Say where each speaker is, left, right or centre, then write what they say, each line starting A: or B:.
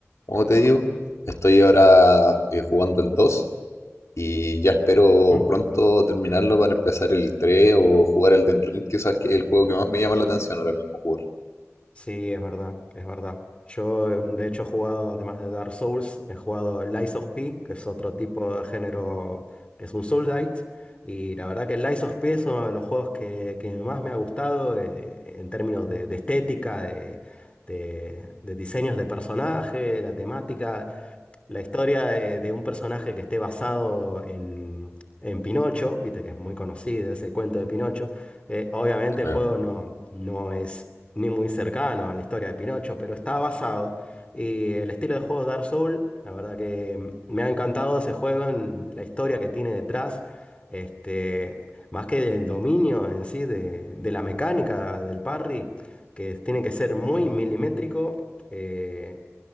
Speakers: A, on the left (about 80°); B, on the left (about 25°).
A: como te digo. Estoy ahora eh, jugando el 2. Y ya espero
B: mm,
A: pronto terminarlo para empezar el 3 o jugar
B: mm.
A: el Elden Ring, quizás que es el juego que más me llama la atención ahora mismo jugar.
B: Sí, es verdad, es verdad. Yo, eh, de hecho, he jugado, además de Dark Souls, he jugado Lies of P, que es otro tipo de género que es un Souls-like. Y la verdad que Lies of P es uno de los juegos que, que más me ha gustado eh, en términos de, de estética, de, de- de diseños de personaje, la temática. la historia de, de un personaje que esté basado en, en Pinocho, viste que es muy conocido ese cuento de Pinocho. Eh, obviamente
A: Claro.
B: el juego no, no es ni muy cercano a la historia de Pinocho, pero está basado. Y el estilo de juego Dark Souls, la verdad que me ha encantado ese juego, en la historia que tiene detrás, este, más que del dominio en sí, de, de la mecánica del parry, que tiene que ser muy milimétrico. eh,